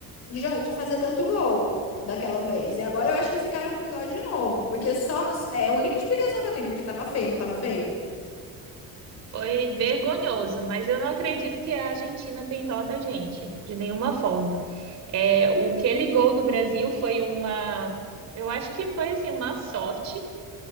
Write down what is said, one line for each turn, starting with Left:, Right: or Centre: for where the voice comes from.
Left: de jo- de fazer tanto gol. Daquela vez. E agora eu acho que ficaram com dó de novo. Porque só. É a única explicação que eu tenho, porque tava feio, não tava feio?
Right: Foi vergonhoso, mas eu não acredito que a Argentina tem dó da gente, de nenhuma forma. É, o aquele gol do Brasil foi uma, eu acho que foi assim uma sorte